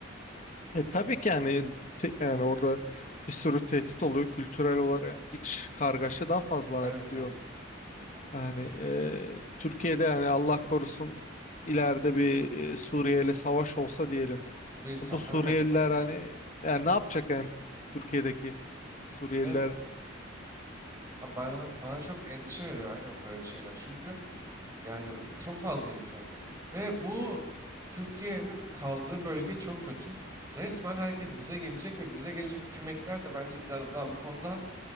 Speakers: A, on the left (about 35°); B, on the right (about 15°).
A: E tabii ki yani te- yani orada bir sürü tehdit oluyor. Kültürel olarak iç kargaşa daha fazla
B: Evet
A: artıyor.
B: evet. Haklısın.
A: Yani e, Türkiye'de yani Allah korusun ileride bir e, Suriye ile savaş olsa diyelim.
B: Bu insanlar
A: Bu Suriyeliler
B: evet.
A: hani yani ne yapacak yani Türkiye'deki Suriyeliler
B: Evet. Ha, Bana, bana çok endişe veriyor aynen böyle şeyler. Çünkü yani bu çok fazla insan. Ve bu Türkiye'nin kaldığı bölge çok kötü. Resmen herkes bize gelecek ve bize gelecek hükümetler de bence biraz daha bu konuda